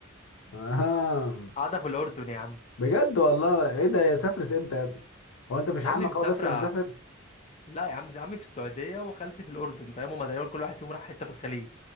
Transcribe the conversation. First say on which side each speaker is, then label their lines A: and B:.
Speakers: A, on the left; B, on the left.
A: اه
B: قاعده في الاردن يا عم
A: بجد والله ايه ده هي سافرت امتى يا ابني هو انت مش
B: يا
A: عمك
B: ابني مسافره
A: هو بس اللي مسافر
B: لا يا عم عمي في السعوديه وخالتي في الاردن فاهم هما تقريبا كل واحد فيهم راح حته في الخليج